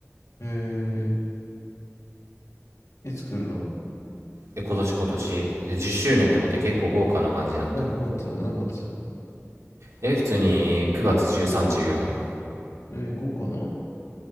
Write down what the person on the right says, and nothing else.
え今年今年で10周年ってことで結構豪華な感じになってる
え普通に9月1314